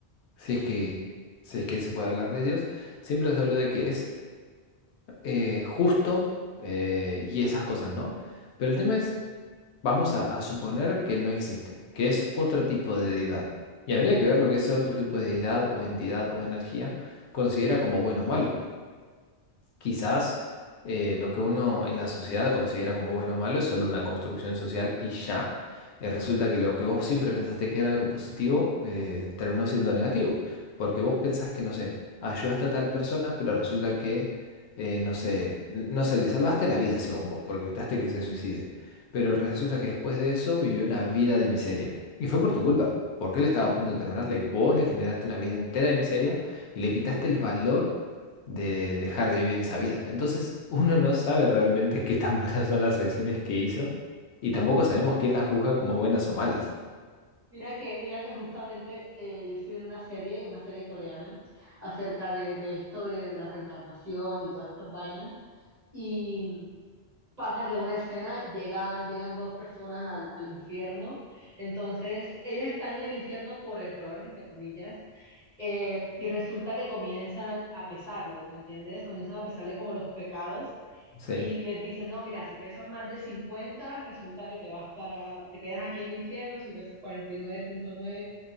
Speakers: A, on the left; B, on the right.
A: si es que, si es que se puede hablar de Dios, siempre se habla de que es eh, justo eh, y esas cosas, ¿no? Pero el tema es, vamos a, a suponer que no existe, que es otro tipo de deidad. Y habría que ver lo que ese otro tipo de deidad o entidad o energía considera como bueno o malo quizás eh, lo que uno en la sociedad considera como bueno o malo es solo una construcción social y ya. Eh, resulta que lo que vos siempre pensaste que era algo positivo eh, terminó siendo negativo, porque vos pensás que, no sé, ayudaste a tal persona, pero resulta que, eh, no sé, n- no sé, le salvaste la vida según vos, porque evitaste que se suicide, pero resulta que después de eso vivió una vida de miseria. Y fue por tu culpa, porque él estaba a punto de terminarla y vos le generaste una vida entera de miseria y le quitaste el valor de dejar de vivir esa vida. Entonces, <laughs> uno no sabe realmente qué tan buenas son las acciones que hizo y tampoco sabemos quién las juzga como buenas o malas.
B: Mira que, mira que justamente eh, yo estuve en una serie, una serie coreana, acerca de, de esto de, de la reencarnación y todas estas vainas, y pasa que en una escena llega, llegan dos personas al, al infierno, entonces ellas están en el infierno por error, entre comillas, Eh, y resulta que comienzan a pesarlos, ¿me entiendes? Comienzan a pesarle como los pecados
A: Sí,
B: y les dicen, no, mira, si pesas más de 50 resulta que te vas para, te quedas aquí en el infierno, si pesas cuarenta y nueve punto nueve